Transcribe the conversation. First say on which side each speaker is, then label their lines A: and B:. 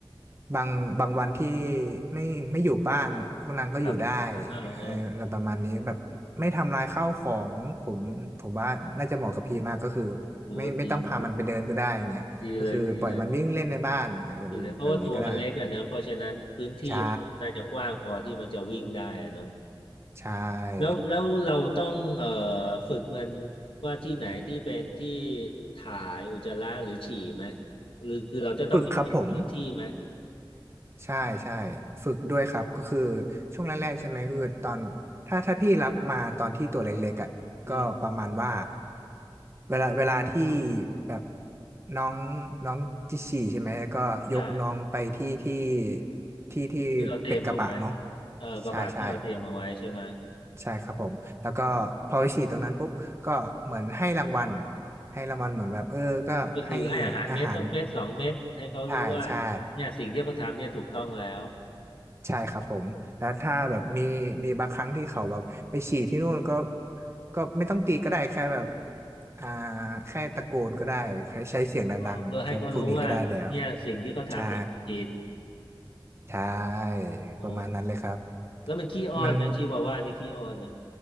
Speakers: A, on the right; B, on the left.
A: บางบางวันที่ไม่ไม่อยู่บ้านพวกนางก็อยู่ได้
B: ครับเออเออ
A: เอออะไรประมาณนี้แบบไม่ทำลายข้าวของผมผมว่าน่าจะเหมาะกับพี่มากก็คือ
B: โอ้ดีเลย
A: ไม่ไม่ต้องพามันไปเดินก็ได้อย่างเงี้ยก็คือปล่อยมันวิ่งเล่นในบ้านอะไรแบบนี้ก็ได้
B: ดีเลยดีเลยดีเลยเพราะว่าตัวมันเล็กอะเนอะเพราะฉะนั้นพื้นที่มันน่าจะกว้างพอที่มันจะวิ่งได้อะเนาะ
A: ใช่ใช่
B: แล้วแล้วเราต้องเอ่อฝึกมันว่าที่ไหนที่เป็นที่ถ่ายอุจจาระหรือฉี่ไหมหรือคือเราจะต้องมีเขตพื้นที่ไหม
A: ฝึกครับผม ใช่ใช่ฝึกด้วยครับก็คือช่วงแรกๆใช่ไหมก็คือตอนถ้าถ้าพี่รับมาตอนที่ตัวเล็กๆอ่ะก็ประมาณว่า
B: อืม
A: เวลาเวลาที่แบบน้องน้องจิฉี่ใช่ไหมก็ยกน้องไปที่ที่
B: ใช่
A: ที่ที่เป็นกระบะเนาะ
B: ที่เราเตรียมเอาไว้เออกระบะที่เราเตรียมเอาไว้ใช่ไหม
A: ใช่ใช่ใช่ครับผมแล้วก็พอไปฉี่ตรงนั้นปุ๊บก็เหมือนให้รางวัลให้รางวัลเหมือนแบบเออก็ให้
B: ก็คือให้อาหารเม็ดสักเม็ดสองเม็ดให้เขารู้ว่าเนี่ยสิ่งที่เขาทำเนี่ยถูกต้องแล้ว
A: อาหารใช่ใช่ ใช่ครับผมแล้วถ้าแบบมีมีบางครั้งที่เขาแบบไปฉี่ที่นู่นก็ก็ไม่ต้องตีก็ได้แค่แบบอ่าแค่ตะโกนก็ได้แค่ใช้เสียงดังๆก็พวกนี้ก็ได้แล้ว
B: เออเพื่อให้เขารู้ว่าเนี่ยสิ่งที่เขาทำเนี่ยผิด
A: ใช่ใช่
B: โอ้
A: ประมาณนั้นเลยครับ
B: แล้วมันขี้อ้อนไหมชีวาว่านี่ขี้อ้อนไหม
A: มัน